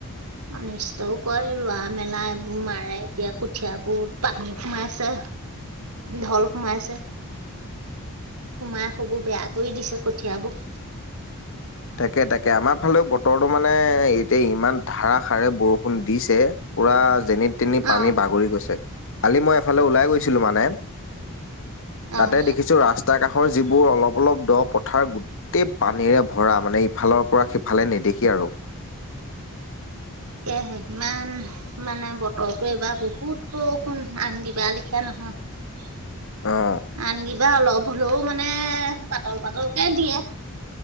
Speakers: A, on the right; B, on the left.
A: অনিষ্টও কয় ৰোৱা মেলা এইবোৰ মাৰে এতিয়া কঠিয়াবোৰ পানী সোমাইছে ঢল সোমাইছে। সোমাই সবোৰ বেয়া কৰি দিছে কঠিয়াবোৰ
B: তাকে তাকে আমাৰ ফালেও বতৰটো মানে এতিয়া ইমান ধাৰাসাৰে বৰষুণ দিছে। পোৰা যেনি তেনি
A: অ
B: পানী বাগৰি গৈছে কালি মই এফালে ওলাই গৈছিলো মানে তাতে
A: অ
B: দেখিছো ৰাস্তা কাষৰ যিবোৰ অলপ অলপ দ প পথাৰ গোটেই পানীৰে ভৰা মানে ইফালৰ পৰা সিফালে নেদেখি সি আৰু
A: কে ইমান মানে বতৰো এইবাৰ বহুত বৰষুণ আন কিবা লেখিয় নহয়। <inaudible>
B: আহ
A: আন কিবা অলপ হ'লেও মানে পাতল পাতলকে দিয়ে